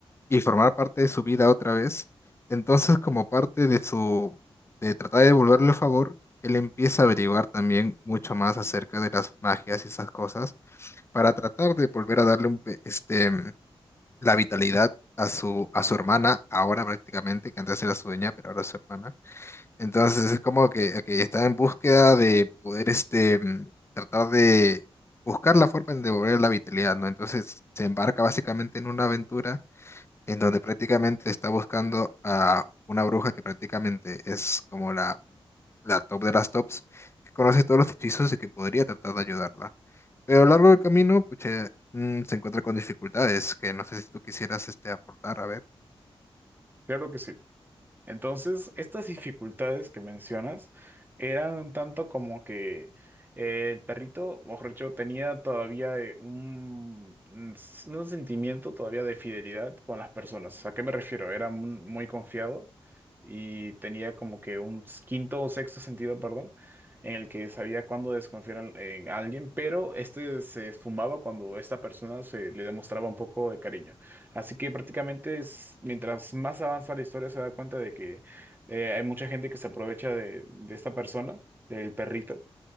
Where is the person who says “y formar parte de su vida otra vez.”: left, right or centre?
Left